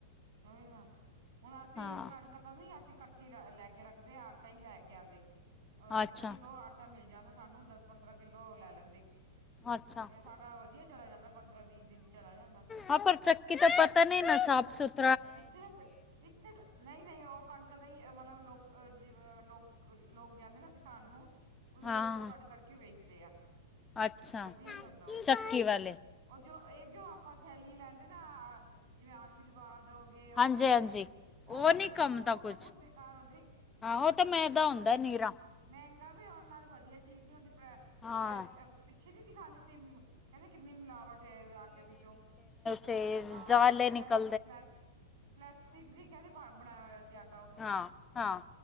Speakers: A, on the right; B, on the left.
A: ਨਾ ਹੁਣ ਅਸੀਂ
B: ਹਾਂ
A: ਕਣ ਪਤਾ ਨਹੀਂ ਅਸੀਂ ਇਕੱਠੀ ਲੈ ਕੇ ਰੱਖਦੇ ਆ ਆਟਾ ਹੀ ਲੈ ਕੇ ਆਉਂਦੇ ਅਹ ਚੱਕੀ
B: ਅੱਛਾ
A: ਤੋਂ ਆਟਾ ਮਿਲ ਜਾਂਦਾ ਸਾਨੂੰ ਦਸ ਪੰਦਰਾਂ ਕਿੱਲੋ ਲੈ ਲੈਂਦੇ।
B: ਅੱਛਾ
A: ਸਾਡਾ ਵਧੀਆ ਚਲਾ ਜਾਂਦਾ ਪੰਦਰਾਂ ਵੀਹ ਦਿਨ ਚਲਾ ਜਾਂਦਾ।
B: ਹਾਂ ਪਰ ਚੱਕ ਕਿ ਤਾਂ ਪਤਾ ਨੀ ਨਾ ਸਾਫ਼ ਸੁਥਰ
A: ਇੱਥੇ ਤਾਂ ਇੱਥੇ ਨਹੀਂ ਨਹੀਂ ਉਹ ਕਣਕ ਦਾ ਹੀ ਮਤਲਬ ਲੋਕ ਜਿ ਲੋਕ ਜਾਂਦੇ ਤਾਂ ਕਿਸਾਨ ਨੂੰ ਉਹਦੇ
B: ਹਾਂ
A: ਵਿੱਚੋਂ ਕੱਢ, ਕੱਢ ਕੇ ਵੇਚਦੇ ਆ।
B: ਅੱਛਾ
A: ਵਧੀਆ ਹੀ ਹੁੰਦਾ ਉਹ
B: ਚੱਕੀ ਵਾਲੇ।
A: ਉਹ ਜੋ ਇਹ ਜੋ ਆਪਾਂ ਥੈਲੀ ਲੈਂਦੇ ਨਾ ਜਿਵੇਂ ਆਸ਼ੀਰਵਾਦ ਗਏ ਉਹ
B: ਹਾਂਜੀ ਹਾਂਜੀ
A: ਤੇ ਉਹ ਵਧੀਆ
B: ਨਹੀਂ
A: ਨੀ
B: ਕੰਮ
A: ਹੁੰਦੇ
B: ਦਾ
A: ਉਹ
B: ਕੁਛ
A: ਤਾਂ ਬਹੁਤ ਬੇਕਾਰ ਹੁੰਦੇ।
B: ਹਾਂ ਉਹ ਤਾਂ ਮੈਂਦਾ ਹੁੰਦਾ ਨੀਰਾ।
A: ਮਹਿੰਗਾ ਵੀ ਉਨਾ ਨਾਲੇ ਵਧੀਆ ਚੀਜ਼ ਨੀ ਹੁੰਦੀ।
B: ਹਾਂ
A: ਪੈਸ ਪਿੱਛੇ ਨਹੀਂ ਦਿਖਾਉਂਦੇ ਸੀ ਕਹਿੰਦੇ ਕਿੰਨੀ ਮਿਲਾਵਟ ਹੈ ਆਟੇ ਵਿੱਚੋਂ।
B: ਤੇ
A: ਹਾਂ
B: ਜਾਲ ਲੇ
A: ਪਲੈਸ
B: ਨਿਕਲ।
A: ਪਲਾਸਟਿਕ ਦੀ ਕਹਿੰਦੇ ਪਾ ਬਣਾਇਆ ਹੋਇਆ ਸੀ ਆਟਾ ਉਹ।
B: ਹਾਂ, ਹਾਂ।